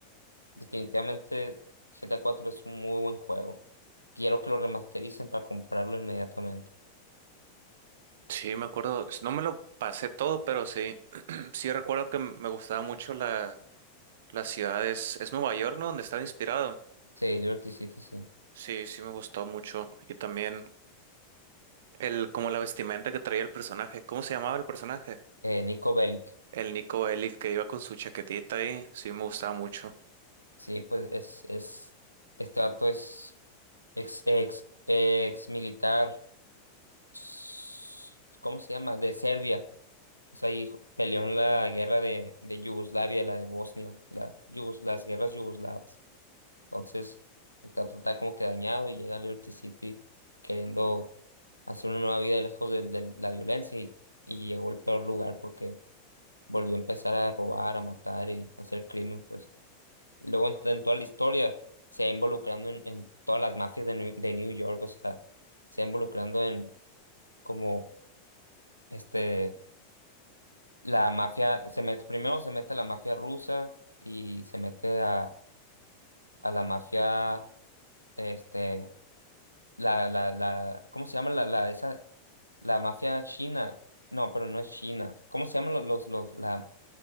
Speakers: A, on the left; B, on the right.
A: definitivamente GTA cuatro es un muy buen juego. Quiero que lo remastericen para comprarlo inmediatamente.
B: Sí, me acuerdo. No me lo pasé todo, pero sí. <clears throat> Sí recuerdo que me gustaba mucho la La ciudad es, es Nueva York, ¿no? Donde estaba inspirado.
A: Sí, Liberty City, sí.
B: Sí, sí me gustó mucho. Y también el, como la vestimenta que traía el personaje. ¿Cómo se llamaba el personaje?
A: Eh, Nico Bellic.
B: El Nico Bellic que iba con su chaquetita ahí. Sí me gustaba mucho.
A: Sí, pues es, es, este dato es ex, ex, ex militar. s- ¿Cómo se llama? De Serbia. O sea, y ju- peleó en la guerra de, de Yugoslavia, la de Bosnia, la, yugos- las guerras yugoslavas. Entonces, está total como que dañado y llega a Liberty City queriendo hacer una nueva vida lejos de, de la violencia y, y llegó al peor lugar porque volvió a empezar a robar, a matar y a hacer crimen, pues. Y luego en, en toda la historia se va involucrando en, en todas las mafias de New, de New York, o sea, se va involucrando en como este La mafia se mete, primero se mete la mafia rusa y se mete a, a la mafia, este, la, la, la, ¿cómo se llama la, la, esa, la mafia china? No, pero no es China. ¿Cómo se llaman los, los, los, la,